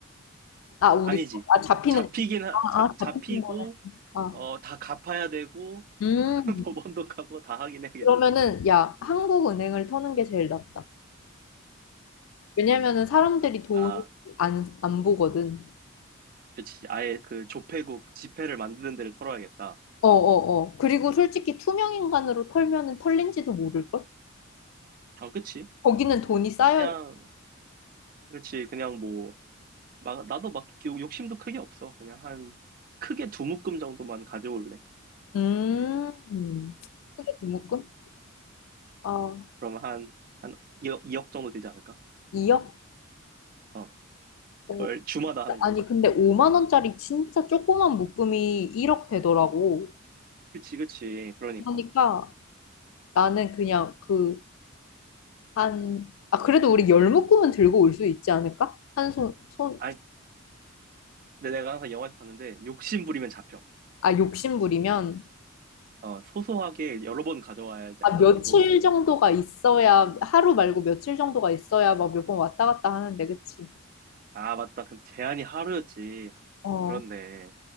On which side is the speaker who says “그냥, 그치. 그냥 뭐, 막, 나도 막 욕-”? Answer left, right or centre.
Right